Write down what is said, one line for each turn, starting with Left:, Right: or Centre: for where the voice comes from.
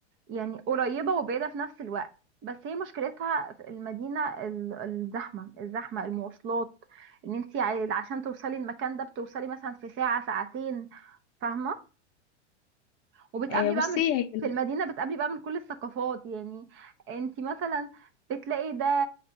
Right: يعني قريبة وبعيدة في نفس الوقت بس هي مشكلتها في المدينة ال- الزحمة الزحمة المواصلات ان انت عشان توصلي المكان ده بتوصلي مثلا في ساعة ساعتين فاهمة وبتقابلي
Left: آه بصي
Right: بقى من
Left: هي
Right: في المدينة بتقابلي بقى من كل الثقافات يعني انت مثلا بتلاقي ده